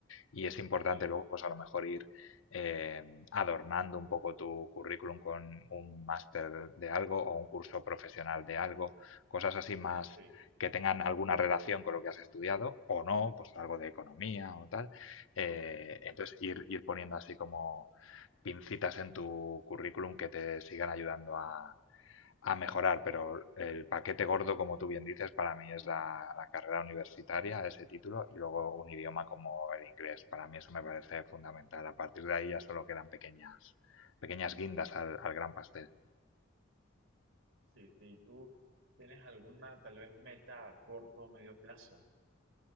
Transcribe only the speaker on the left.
Y es importante
luego, pues a lo mejor ir eh, adornando un poco tu currículum con un máster de algo o un curso profesional de algo, cosas así más
que tengan alguna relación con lo que has estudiado o no, pues algo de economía o tal. Eh,
entonces ir, ir poniendo así como pincitas en tu currículum que te sigan ayudando a, a mejorar, pero el paquete gordo, como tú bien dices, para mí es la, la carrera universitaria, ese título, y luego un idioma como el inglés. Para mí eso me parece fundamental. A partir de ahí ya solo quedan pequeñas, pequeñas guindas al, al gran pastel.